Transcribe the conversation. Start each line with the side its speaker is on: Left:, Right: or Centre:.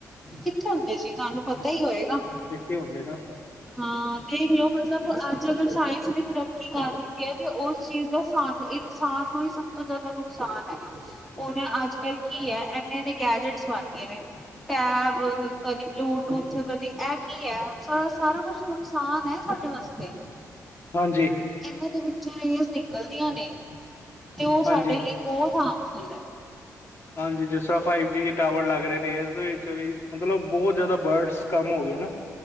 Centre: ਕਿੱਥੇ ਹੁੰਦੇ ਸੀ, ਤੁਹਾਨੂੰ ਪਤਾ ਹੀ ਹੋਏਗਾ?
Left: ਇਹ ਹੁੰਦੇ ਨਾ-
Centre: ਹਾਂ, ਦੇਖ ਲਓ ਮਤਲਬ ਅੱਜ ਅਗਰ ਸਾਇੰਸ ਨੇ ਤਰੱਕੀ ਕਰ ਦਿੱਤੀ ਹੈ, ਤੇ ਉਸ ਚੀਜ਼ <inaudible> ਇਨਸਾਨ ਨੂੰ ਹੀ ਸਭ ਤੋਂ ਜ਼ਿਆਦਾ ਨੁਕਸਾਨ ਹੈਗਾ। ਉਹ ਨੇ ਅੱਜ ਕੱਲ੍ਹ ਕੀ ਹੈ? ਐਨੇ ਇਨੇ ਗੈਜਟਸ ਬਣ ਗਏ ਨੇ ਟੈਬ, ਕਦੀ ਬਲੂਟੂਥ ਕਦੀ ਇਹ ਕੀ ਹੈ? ਸ ਸਾਰਾ ਕੁਛ ਨੁਕਸਾਨ ਐ ਸਾਡੇ ਵਾਸਤੇ।
Left: ਹਾਂਜੀ।
Centre: ਇਹਨਾਂ ਦੇ ਵਿੱਚੋਂ ਰੇਜ਼ ਨਿਕਲਦੀਆਂ ਨੇ ਤੇ ਉਹ
Left: ਹਾਂਜੀ
Centre: ਸਾਡੇ ਲਈ ਬਹੁਤ ਹਾਰਮਫੁੱਲ ਐ।
Left: ਹਾਂਜੀ ਜਿਸ ਤਰ੍ਹਾਂ ਫਾਈਵ ਜੀ ਟਾਵਰ ਲੱਗ ਰਹੇ ਨੇ ਇਸਦੇ ਵਿੱਚ ਵੀ ਮਤਲਬ ਬਹੁਤ ਜ਼ਿਆਦਾ ਬਰਡਸ ਕੰਮ ਹੋ ਗਏ ਨਾ।